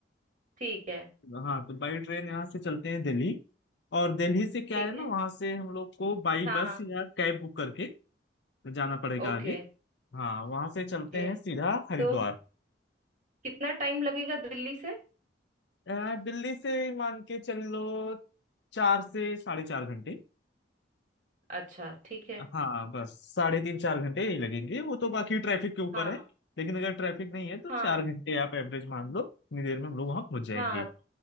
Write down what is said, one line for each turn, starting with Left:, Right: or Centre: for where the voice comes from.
Right: ठीक है
Left: हाँ तो बाई ट्रेन यहाँ से चलते हैं दिल्ली और दिल्ली से क्या
Right: ठीक
Left: है
Right: है
Left: ना वहाँ से हम लोग को बाई
Right: हाँ
Left: बस या कैब बुक करके जाना पड़ेगा
Right: ओके
Left: आगे हाँ वहाँ से चलते
Right: ओके
Left: हैं सीधा हरिद्वार
Right: तो कितना टाइम लगेगा दिल्ली से
Left: यार दिल्ली से मान के चल लो चार से साढ़े चार घंटे
Right: अच्छा ठीक है
Left: हाँ बस साढ़े तीन चार घंटे यही लगेंगे वो तो बाकी ट्रैफिक के ऊपर
Right: हाँ
Left: है लेकिन अगर ट्रैफिक नहीं है तो
Right: हाँ
Left: चार घंटे आप एवरेज मान लो इतनी देर में हम लोग वहां पहुंच जाएंगे
Right: हाँ